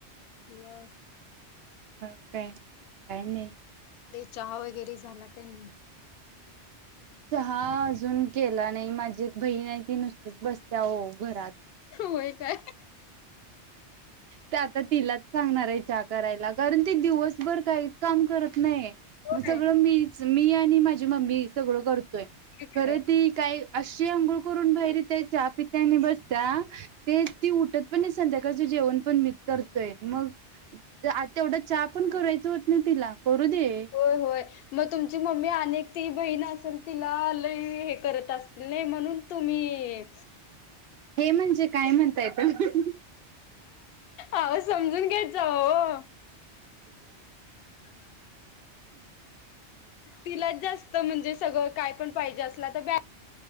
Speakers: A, on the left (about 65°); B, on the right (about 65°).
A: मग.
B: मग काय? काय नाही.
A: चहा वगैरे झाला काय नाही.
B: चहा अजून केला नाही. माझी एक बहीण आहे ती नुसतीच बसत्या ओ बरच.
A: होय काय
B: ते आता तिलाच सांगणार आहे चा करायला. कारण, ती दिवसभर काहीच काम करत नाही.
A: होय
B: मग सगळं मीच मी आणि माझी मम्मी सगळं करतो
A: ते काय
B: खर त काय. अंघोळ करून बाहेर त्या च्या पित्यानी बसता तेच ती उठत. <unintelligible> जेवण पण मीच करतोय. मग आता एवढ चहा पण करायच होत नाही तिला दे.
A: होय होय. म तुमची मम्मी अनेक ती बहीण असेल, तिला लय हे करत असतील नाही म्हणून तुमिअ
B: हे म्हणजे काय म्हणताय तुम्ही?
A: आव समजून घ्यायच. घेत जावा ओ. तिला जास्त म्हणजे स सगळं काय पण पाहिजे असला तर बॅ